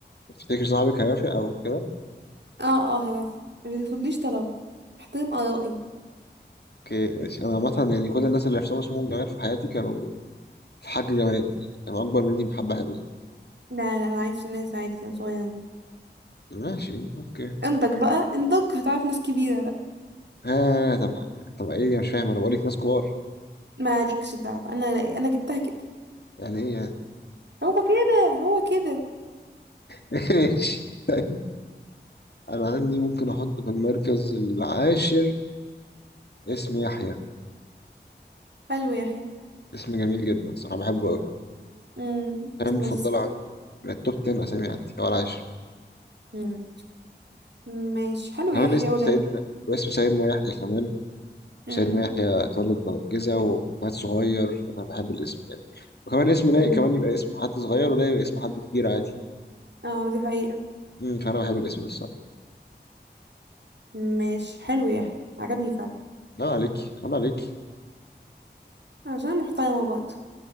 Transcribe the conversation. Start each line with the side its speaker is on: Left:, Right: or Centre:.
Left: تفتكر صاحبك هيوافق او كده
Right: اه اه هي بس ما بيرفضليش طلب احترم ارائي
Left: اوكي ماشي انا عامه يعني كل الناس اللي حسام اسمهم جمال في حياتي كانوا الحاج جمال كانوا اكبر مني بحبة حلوين
Right: لا لا انا عايش في الناس عادي كانوا صغيرين
Left: ماشي اوكي
Right: انضج بقى انضج هتعرف ناس كبيرة بقى
Left: ها طب طب ايه يا مش فاهم انا بقولك ناس كبار
Right: مالكش دعوة انا انا جبتها كده
Left: يعني ايه يعني
Right: هو كده هو كده
Left: <laughs> ماشي طيب انا عندي ممكن احط في المركز العاشر اسم يحيى
Right: حلو يا يحيى
Left: اسم جميل جدا صراحه بحبه قوي
Right: امم
Left: كان
Right: بس لذيذ
Left: مفضله
Right: فعلا.
Left: عندي من التوب 10 اسامي عندي هو العاشر
Right: مم. ماشي حلو
Left: كمان
Right: يحيى
Left: اسم
Right: ولذيذ
Left: سيدنا واسم سيدنا يحيى كمان
Right: مم.
Left: وسيدنا يحيى اتولد بمعجزة ومات صغير فأنا بحب الاسم يعني وكمان اسم لايق
Right: مم.
Left: كمان يبقى اسم حد صغير ولا يبقى اسم حد كبير عادي
Right: اه دي حقيقة
Left: امم فأنا بحب الاسم ده الصراحة
Right: ماشي حلو يحيى عجبني فعلا
Left: لا عليك لا عليك
Right: عشان محترمة برضه